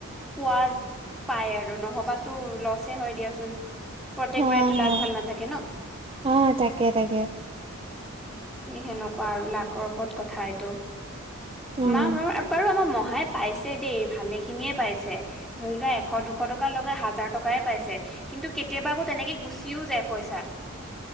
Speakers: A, in the centre; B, on the right (about 25°).
A: পোৱা পাই আৰু নহবাতো লছে হয় দিয়াচোন। প্ৰত্যেকবাৰেতো
B: হা হা
A: লাগ ভাল নাথাকে ন।
B: হা তাকে তাকে
A: এ সেনেকুৱা আৰু লাকৰ ওপৰত কথা এইটো
B: উম
A: মা বাৰু আমাৰ মহ। হাই পাইছে দেই ভালেখিনিয়ে পাইছে ধৰি লোৱা এশ দুশ টকাৰ লগাই হাজাৰ টকাই পাইছে। কিন্তু কেতিয়াবা আকৌ তেনেকে গুচিও যায় পইচা।